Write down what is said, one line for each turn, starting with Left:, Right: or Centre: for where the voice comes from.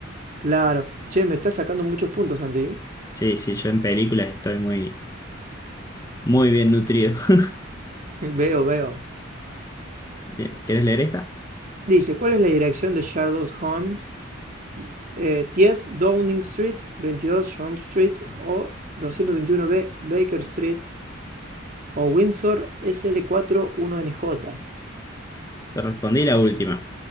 Right: Claro. Che, me está sacando muchos puntos, Santi. ¿Eh?
Left: Sí, sí, yo en películas estoy muy, muy bien nutrido. <laughs>
Right: <laughs> Veo, veo.
Left: Bien, ¿quieres leer esta?
Right: Dice, ¿cuál es la dirección de Sherlock Holmes? eh, 10 Downing Street, 22 Shum Street o doscientos veintiuno b Baker Street o Windsor sl N J.
Left: Te respondí la última.